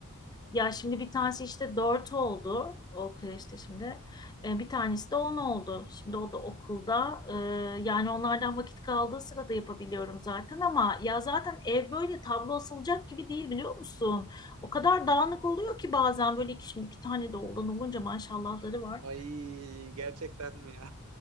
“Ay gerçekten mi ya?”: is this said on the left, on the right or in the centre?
Right